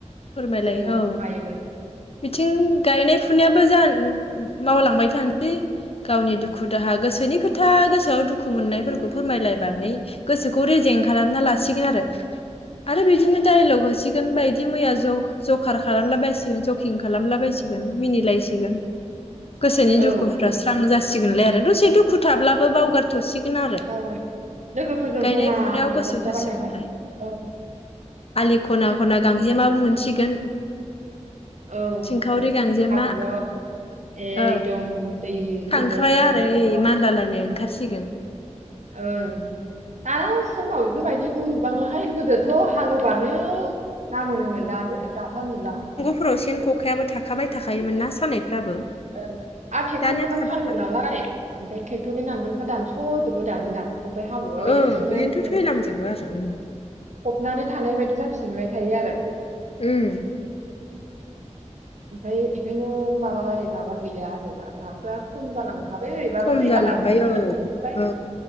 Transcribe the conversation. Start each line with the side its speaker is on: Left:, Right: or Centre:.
Left: फोरमायलाय
Right: जोंबो
Left: औ
Right: फोरमायोमोन।
Left: बिथिं गायनाय फुनायाबो जा मावलांबाय थानोसै गावनि दुखु दाहा गोसोनि खोथा गोसोआव दुखु मोननायफोरखौ फोरमायलायबनानै। गोसोखौ रेजें खालामना लासिगोन आरो आरो बिदिनो दाइलग होसिगोन बायदि मैया जग जखार खालामला बायसिगोन जकिं खालामला बायसिसिगोन मिनिलायसिगोन। गोसोनि दुखुफ्रा
Right: औ
Left: स्रां जासिगोनलै आरो दसे दुखु थाब्लाबो बावगार थ'सिगोन आरो
Right: गाव लोगोफोरजों
Left: गायनाय
Right: जमानो
Left: फुनायाव गोसो
Right: रंजाबाय
Left: होसिगोनलाय।
Right: नालाय औ।
Left: आलि खना
Right: खोन्था
Left: खना, गांजेमाबो मोनसिगोन।
Right: औ
Left: थिंखावरि गांजेमा।
Right: हाब्रुआव एकदम
Left: औ
Right: दै
Left: खांख्राया
Right: थोलौ थोफौ
Left: आरोइ
Right: ओं
Left: मानलालायनाय ओंखारसिगोन।
Right: ओं। दाना समाव बेफोरबायदिखौ नुबांलाहाय गोदोथ' हालेवबानो ना मोनोमोन दानो दाथा नुला।
Left: फोराव सेन खखायाबो थाखाबाय थाखायोमोन ना सानायफ्राबो।
Right: औ आ ट्रेक्टरफोरजों
Left: दानिया थानांला
Right: हालेव नालाय ओमफ्राय ट्रेक्टरनि नांगोलफोर दानस' जोबो दानि ना। बबाय हाब्रुआव
Left: ओं
Right: एरसोनाय
Left: बिदिनोथ'
Right: माने।
Left: थैलांजोबो आरो उम
Right: फबनानै थानाय बायदि जाफिनबाय थायो आरो।
Left: उम।
Right: ओमफ्राय बेखायनो माबानानै माबा गैला आरो दा नाफोरा खम जालांख खाबाय ओरैबाबो
Left: खम
Right: दैबानाफोरजोंनो
Left: जालांबाय औ
Right: थांजोबबाय
Left: औ